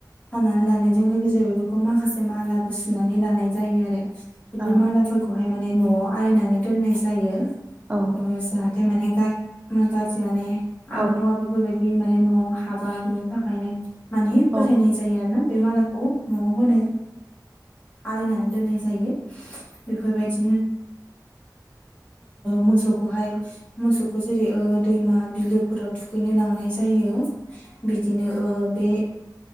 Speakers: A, on the left; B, on the right.
A: हानानै लानायजों लोगोसे जों बेफोरखौ माखासे मालाखौ सुनानै लानाय जायो आरो बेफोर
B: ओं
A: मालाफोरखौहाय माने न'आव आलायना नानै दोननाय जायो
B: ओं
A: जाहाथे
B: औ
A: माने गा गाज्रि माने आबहावा
B: औ औ
A: बेफोरबायदि बे माने न'आव हाबा बिनि थाखायनो माने
B: औ
A: फोथायनाय जायो आरो ना बे मालाखौ न'आव होनाय आलायनानै दोननाय जायो बेफोरबायदि बिदिनो मोसौखौहाय मोसौखौ जेरै ओ दैमा बिलोफोराव थुखैनो लांनाय जायो बिदिनो ओ बे